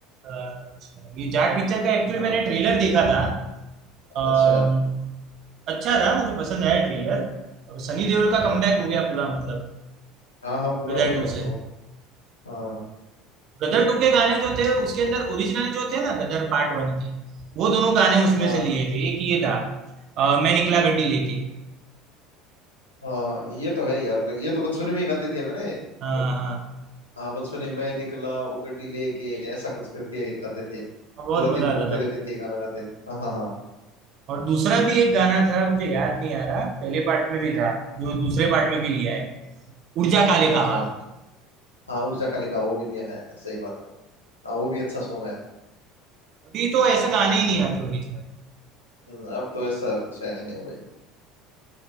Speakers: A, on the right; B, on the left.
A: अच्छा ये जाट पिक्चर का एक्चुअली
B: हाँ
A: मैंने ट्रेलर देखा था अम,
B: अच्छा
A: अच्छा था मुझे पसंद आया ट्रेलर और सनी देओल
B: अच्छा
A: का कमबैक हो गया पूरा मतलब
B: हाँ हाँ पूरा
A: गदर
B: हो गया
A: टू
B: वो तो
A: से
B: हाँ
A: गदर टू के गाने जो थे उसके अंदर ओरिजिनल जो थे ना गदर पार्ट वन के वो दोनों गाने उसमें
B: हाँ
A: से लिए थे एक ये था अ, मैं निकला गड्डी लेके
B: हाँ ये तो है यार लग- ये तो बचपन में ही गाते थे अपने मतलब
A: हाँ हाँ
B: हाँ बचपन में मैं निकला वो गड्डी लेके ऐसा कुछ करके गाते थे
A: हाँ, बहुत
B: पूरा दिन
A: मजा
B: घूमते
A: आता था
B: रहते थे गाना गाते हाँ हाँ हाँ
A: और दूसरा भी एक गाना था मुझे याद नहीं आ रहा पहले पार्ट में भी था जो दूसरे पार्ट में भी लिया है ऊर्जा काले कावा
B: अच्छा हाँ उड़जा का लिखा वो भी दिया है सही बात है हाँ वो भी अच्छा सॉन्ग है
A: अभी तो ऐसे गाने ही नहीं आते ओरिजिनल
B: हम्म, अब तो ऐसा कुछ है नहीं भाई